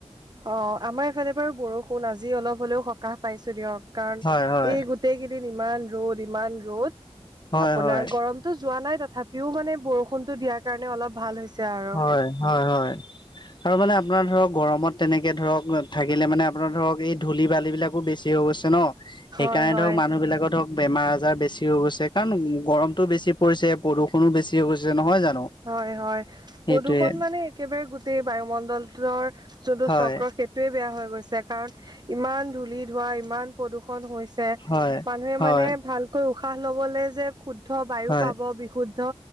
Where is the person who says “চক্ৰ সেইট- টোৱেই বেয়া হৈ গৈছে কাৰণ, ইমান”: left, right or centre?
Right